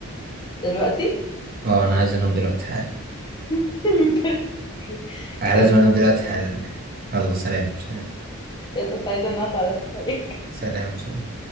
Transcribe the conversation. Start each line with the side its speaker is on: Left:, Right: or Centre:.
Left: دلوقتي
Right: اه انا عايز انام دلوقتي حالا
Left: <laughs>
Right: على
Left: يلا
Right: زمانهم دلوقتي حالا يلا سلام سلام
Left: يلا سعيدة ان انا اتعرف عليك
Right: سلام سلام